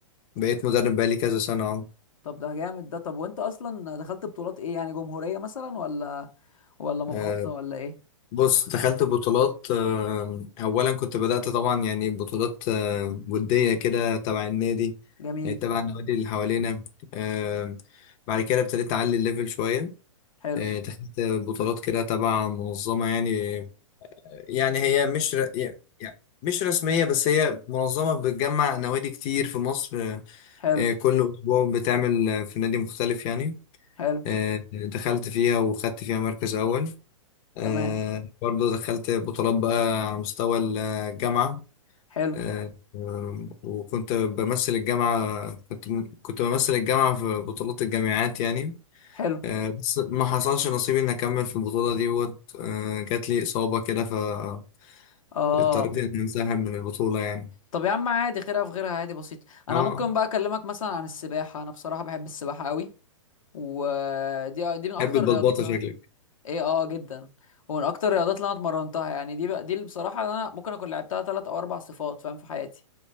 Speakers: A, on the left; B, on the left.
A: بقيت مدرب بقالي كذا سنة اه
B: طب ده جامد ده طب وانت اصلا دخلت بطولات ايه يعني جمهوريه مثلا ولا ولا محافظه
A: آه،
B: ولا ايه
A: بص دخلت بطولات آه، اولا كنت بدأت طبعا يعني بطولات آه، ودية كده تبع النادي
B: جميل
A: يعني تبع النوادي اللي حوالينا آه، بعد كده ابتديت اعلي الليفل شوية
B: حلو
A: آه، دخلت بطولات كده تبع منظمة يعني يعني هي مش ر... يعني مش رسمية بس هي منظمة بتجمع نوادي كتير في مصر آه،
B: حلو
A: آه، كل أسبوع بتعمل آه، في نادي مختلف يعني
B: حلو
A: آه، دخلت فيها وخدت فيها مركز أول آه،
B: تمام
A: برضو دخلت بطولات بقى على مستوى الجامعة
B: حلو
A: آه، آه، وكنت بمثل الجامعة كنت كنت بمثل الجامعة في بطولات الجامعات يعني
B: حلو
A: آه، بس ما حصلش نصيبي إني أكمل في البطولة دي وقت آه، جات لي إصابة كده فاضطريت
B: اه
A: إني أنسحب من البطولة يعني
B: طب يا عم عادي خيرها في غيرها عادي بسيط انا
A: اه
B: ممكن بقى اكلمك مثلا عن السباحه انا بصراحه بحب السباحه قوي ودي آه، دي من اكتر
A: حب البطبطة
B: الرياضات اللي
A: شكلك
B: انا ايه اه جدا ومن اكتر الرياضات اللي انا اتمرنتها يعني دي بقى دي اللي بصراحه انا ممكن اكون لعبتها ثلاث او اربع صفات فاهم في حياتي